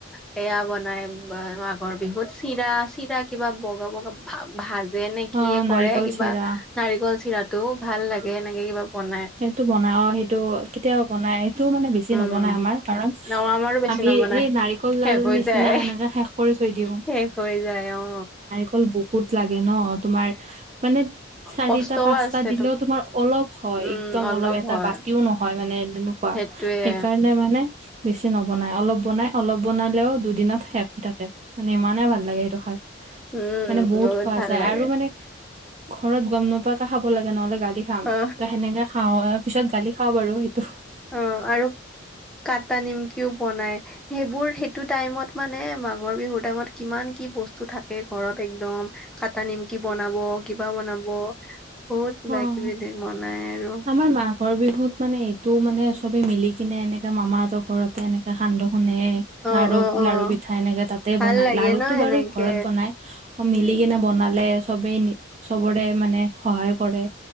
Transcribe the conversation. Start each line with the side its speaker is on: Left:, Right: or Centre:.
Centre: সেয়া বনাই মাঘৰ বিহুত চিৰা চিৰা কিবা বগা বগা ভা ভা জে নে কিয়ে
Right: অ নাৰিকল
Centre: কৰে কিবা
Right: চিৰা
Centre: নাৰিকল চিৰাটো ভাল লাগে এনেকে কিবা বনাই
Right: টো বনাও সেইটো কেতিয়াবা বনাই টো মানে বেছি
Centre: উম
Right: নবনাই আমাৰ কাৰণ
Centre: অ আমাৰো বেছি
Right: আমি
Centre: নবনাই
Right: এই নাৰিকল
Centre: শেষ
Right: লাৰুৰ
Centre: হৈ
Right: নিচিনা
Centre: যায়
Right: এনেকে শেষ কৰি থৈ দিওঁ
Centre: শেষ হৈ যায় অ
Right: অকল বহুত লাগে ন তোমাৰ মানে চাৰিটা,
Centre: কষ্টও
Right: পাঁচটা
Centre: আছে
Right: দিলেও তোমাৰ অলপ হয়
Centre: উম
Right: একদম অলপ এটা
Centre: হয়
Right: বাতিও নহয় মানে তেনেকুৱা
Centre: সেইটোয়ে
Right: সেইকাৰণে মানে বেছি নবনায় অলপ বনাই অলপ বনালেও দুদিনত শেষ হৈ থাকে মানে ইমানে ভাল লাগে সেইটো খাই
Centre: উম
Right: মানে বহুত খোৱা
Centre: ভাল
Right: যায়
Centre: লাগে
Right: আৰু মানে ঘৰত গম নোপোৱাকে খাব লাগে নহ'লে গালি খাম
Centre: অ
Right: ত সেনেকে খাওঁ আৰু পিছত গালি খাওঁ বাৰু সেইটো
Centre: অ আৰু কটা নিমকিও বনাই সেইবোৰ সেইটো টাইমত মানে মাঘৰ বিহুৰ টাইমত কিমান কি বস্তু থাকে ঘৰত একদম কটা নিমকি বনাব কিবা বনাব বহুত কিবা
Right: অ অ
Centre: কিবি বনাই আৰু
Right: আমাৰ মাঘৰ বিহুত মানে এইটোও মানে চবে মিলি কিনে এনেকাে মামাহঁতৰ ঘৰতে এনেকে সান্দহ খোন্দে
Centre: অ
Right: লাৰু
Centre: অ অ
Right: লাৰু পিঠা এনেকে তাতে
Centre: ভাল
Right: বনাই
Centre: লাগে
Right: লাৰুটো
Centre: ন সেনেকে
Right: বাৰু ঘৰত বনাই অ মিলি
Centre: উম
Right: কিনে বনালে চবেই নি চবৰে মানে সহায় কৰে